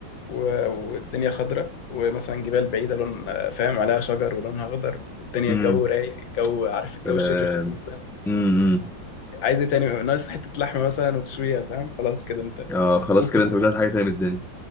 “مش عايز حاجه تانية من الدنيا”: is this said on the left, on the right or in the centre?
Centre